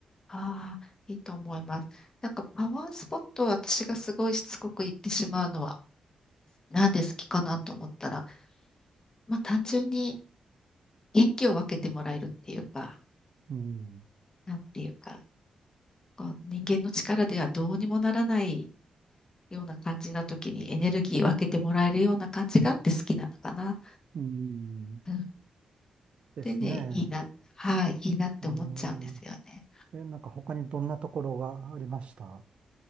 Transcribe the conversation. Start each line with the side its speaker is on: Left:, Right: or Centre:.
Left: ああ、いいと思います。なんかパワースポットを私がすごいしつこく言ってしまうのは、なんで好きかなと思ったら、まあ、単純に元気を分けてもらえるっていうか、
Right: うん、
Left: なんていうか、こう人間の力ではどうにもならないような感じな時にエネルギー分けてもらえるような感じがあって好きなのかな。
Right: うん、
Left: うん、
Right: ですね。
Left: でね、いいな、はい、いいなって思っちゃうんですよね。
Right: ええ、え、なんか他にどんなところがありました